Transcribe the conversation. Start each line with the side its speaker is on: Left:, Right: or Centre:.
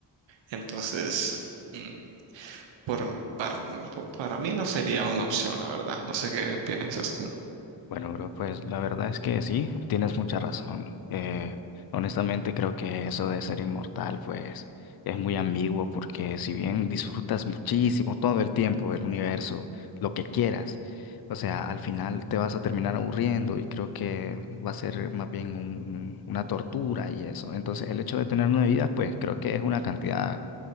Right: Entonces, mm, por, pa- po- para, mí no sería una opción, la verdad. No sé qué piensas tú.
Left: Bueno, bro, pues la verdad es que sí, tienes mucha razón. Eh, honestamente creo que eso de ser inmortal, pues es muy ambiguo porque si bien disfrutas muchísimo todo el tiempo el universo, lo que quieras, o sea, al final te vas a terminar aburriendo y creo que va a ser más bien un- un- una tortura y eso. Entonces, el hecho de tener nueve vidas, pues creo que es una cantidad